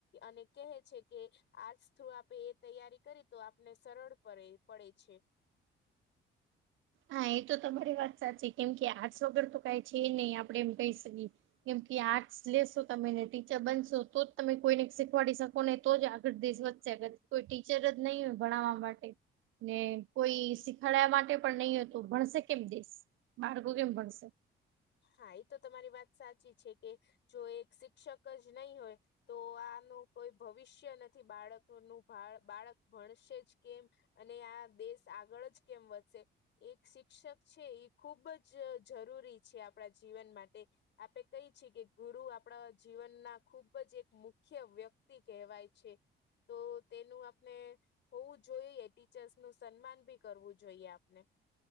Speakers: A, on the left; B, on the right.
A: અને કહે છે કે આર્ટસ થ્રુ આપે એ તૈયારી કરી તો આપને સરળ પરે પડે છે.
B: હા. એ તો તમારી વાત સાચી કેમ કે આર્ટસ વગર તો કાઈ છે નહી આપડે એમ કહી શકીએ. કેમ કે આર્ટસ લેશો તમે ને ટીચર બનશો તો જ તમે કોઈને શીખવાડી શકો ને તો જ આગળ દેશ વધ <unintelligible> કોઈ ટીચર જ નહી હોય ભણાવવા માટે ને કોઈ શીખાડા માટે પણ નહી હોય તો ભણશે કેમ દેશ? બાળકો કેમ ભણશે?
A: હા. એ તો તમારી વાત સાચી છે કે જો એક શિક્ષક જ નહી હોય તો આનું કોઈ ભવિષ્ય નથી બાળકનું. બાળક ભણશે જ કેમ? અને આ દેશ આગળ જ કેમ વધશે? એક શિક્ષક છે ઈ ખુબ જ જરૂરી છે આપણા જીવન માટે આપે કઈ છેકે ગુરુ આપણા જીવનના ખૂબ જ એક મુખ્ય વ્યક્તિ કહેવાય છે. તો તેનું આપને હોવું જોઈએ ટીચર્સનું સન્માન ભી કરવું જોઈએ આપને